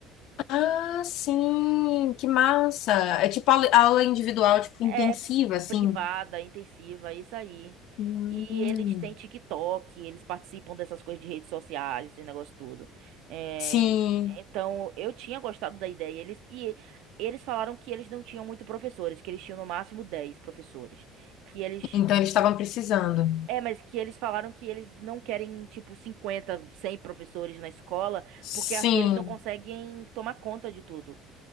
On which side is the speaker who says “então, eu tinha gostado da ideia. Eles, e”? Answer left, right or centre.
Right